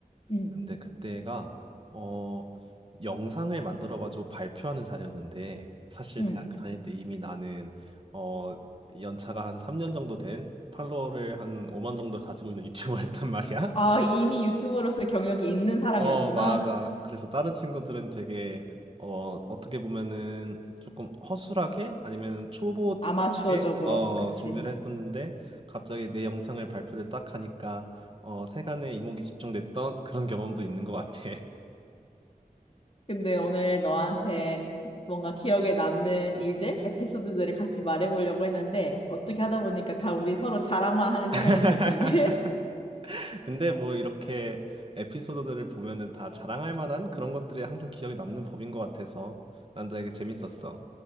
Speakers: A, on the left (about 40°); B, on the right (about 35°).
A: 응,
B: 근데 그때가, 어, 영상을 만들어가지고 발표하는 자리였는데, 사실
A: 응.
B: 대학교 다닐 때 이미 나는, 어, 연차가 한 3년 정도 된 팔로워를 한 5만 정도 가지고 있는 유튜버였단 <laughs> 말이야.
A: 아, 이미 유튜버로서의 경력이 있는 사람이었구나.
B: 어, 맞아. 그래서 다른 친구들은 되게 어, 어떻게 보면은 조금 허술하게 아니면 초보 티가
A: 아마추어적으로.
B: 나게 어,
A: 그치.
B: 준비를 했었는데 갑자기 내 영상을 발표를 딱 하니까 어, 세간의 이목이 집중됐던 그런 경험도 있는 것 같아.
A: 근데 오늘 너한테 뭔가 기억에 남는 일들, 에피소드들을 같이 말해보려고 했는데 어떻게 하다 보니까 다 우리 서로 자랑만 하는 시간이
B: <laughs>
A: 됐었네. <laughs>
B: 근데 뭐 이렇게 에피소드들을 보면은 다 자랑할 만한 그런 것들이 항상 기억에 남는 법인 것 같아서 난 되게 재밌었어.